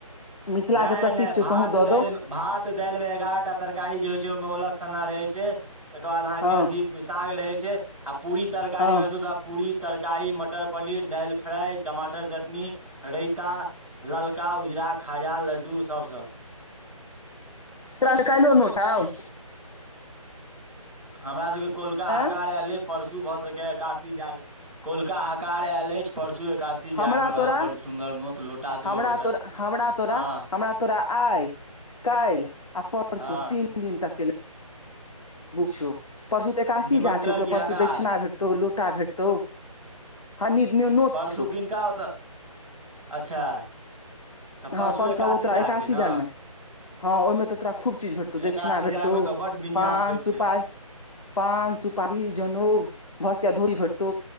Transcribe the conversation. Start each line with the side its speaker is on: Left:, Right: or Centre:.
Left: मिथिला
Centre: न
Left: के प्रसिद्ध
Centre: न
Left: छै
Centre: भात
Left: कहूँ दऽ
Centre: दाल
Left: दौ
Centre: में भात दालि में एगारह टा तरकारी जे होय छै ओहि में ओलग सना रहे छै एकर बाद अहाँ
Left: हँ
Centre: के अथी साग रहे छय आ पूरी तरकारी
Left: हँ
Centre: में हेतौ त पूरी तरकारी मटर पनीर दाइल फ्राइ टमाटर चटनी रायता ललका उजरा खाजा लड्डू सब
Left: तऽ अल क लोनत आ <unintelligible>
Centre: हमरा सबके कोलका
Left: एँ
Centre: हकार एलय परसू भऽ सकय एकासी जा कोलका हकार आयल अछि परसू एकादशी
Left: हमरा
Centre: जाग में
Left: तोरा
Centre: रहत बडड़ सुन्दर नोत लोटा
Left: हमरा
Centre: सेहो भेटत
Left: तोरा हमरा तोरा
Centre: हँ
Left: हमरा तोरा आय काल आ परसू
Centre: हँ
Left: तीन दिन तक केे छौ परसू तऽ एकादसी
Centre: निमन्त्रण
Left: जाग छौ त
Centre: की हकार
Left: परसू दक्षिणा भेटतौ लोटा भेटतौ हँ नी नोत
Centre: परसू
Left: छौ
Centre: किनका ओते अच्छा तऽ
Left: हँ
Centre: परसू एकासी
Left: आबौ तोरा
Centre: जाग
Left: एकादशी
Centre: के न
Left: मे हँ ओहि में तऽ तोरा खूब चीज भेटतौ
Centre: तऽ एकादशी
Left: दक्षिणा भेटतौ
Centre: जागमे तऽ बड्ड विन्यास
Left: पान
Centre: होइ
Left: सुपार
Centre: छै
Left: पान सुपारी जनेउ भसके धोई फेर